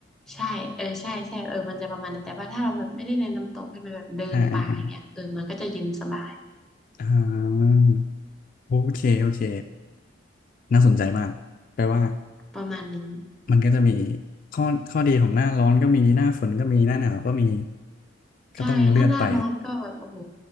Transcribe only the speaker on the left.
อ่าอ่าอ่าอ่าโอเคโอเคน่าสนใจมากแปลว่า
มันก็จะมีข้อข้อดีของหน้าร้อนก็มีหน้าฝนก็มีหน้าหนาวก็มีก็ต้องเลือกไป